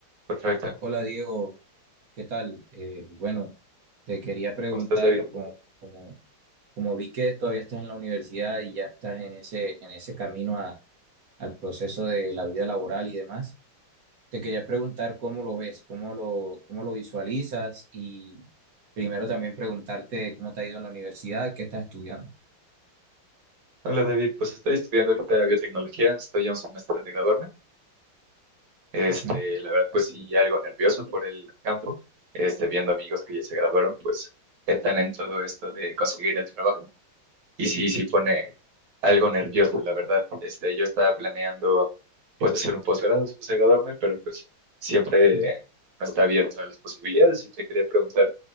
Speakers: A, on the right; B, on the right.
A: Perfecto.
B: Hola Diego, ¿qué tal? Eh, bueno, te quería preguntar,
A: ¿Cómo estás, David?
B: como, como, como vi que todavía estás en la universidad y ya estás en ese, en ese camino a- al proceso de la vida laboral y demás, te quería preguntar cómo lo ves, cómo lo, cómo lo visualizas y primero también preguntarte cómo te ha ido en la universidad, qué estás estudiando.
A: Hola, David. Pues estoy estudiando ahorita biotecnología, estoy a un semestre de graduarme. Este,
B: Ujú.
A: la verdad, pues sí, algo nervioso por el campo, este, viendo amigos que ya se graduaron, pues están en todo esto de conseguir el trabajo. Y sí, sí pone algo nervioso, la verdad. Este, yo estaba planeando pues hacer un posgrado después de graduarme, pero pues siempre
B: Ujú.
A: no está abierto a las posibilidades y te quería preguntar